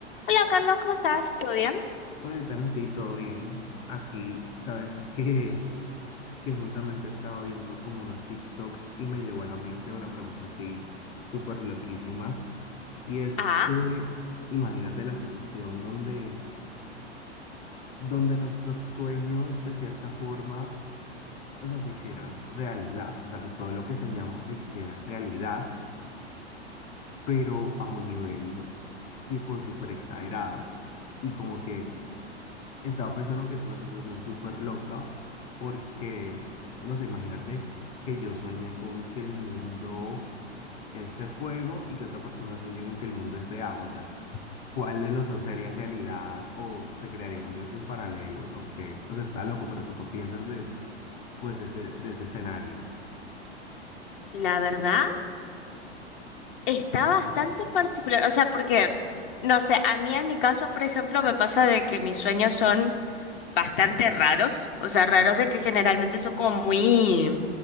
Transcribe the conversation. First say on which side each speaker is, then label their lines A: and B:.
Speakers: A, on the left (about 55°); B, on the left (about 15°).
A: Hola Carlos, ¿cómo estás? ¿Todo bien?
B: Vale, también sí, todo bien. Aquí, sabes que, <laughs> que justamente estaba viendo como unos TikToks y me llegó a la mente una pregunta así súper loquísima. Y es
A: Ah,
B: que imagínate la situación donde, donde nuestros sueños de cierta forma, o sea, se hicieran realidad. O sea, que todo lo que soñamos se hiciera realidad, pero a un nivel tipo súper exagerado. Y como que Estaba pensando que es una situación súper loca porque, no sé, imagínate que yo sueñe con que el mundo es de fuego y que otra persona sueñe con que el mundo es de agua. O sea, ¿cuál de los dos sería realidad? ¿O se crearían universos paralelos? ¿O qué? O sea, está loco, pero ¿tú qué piensas de, pues, ese, de ese escenario?
A: la verdad, está bastante particular. O sea, porque, no sé, a mí en mi caso, por ejemplo, me pasa de que mis sueños son bastante raros. O sea, raros de que generalmente son como muy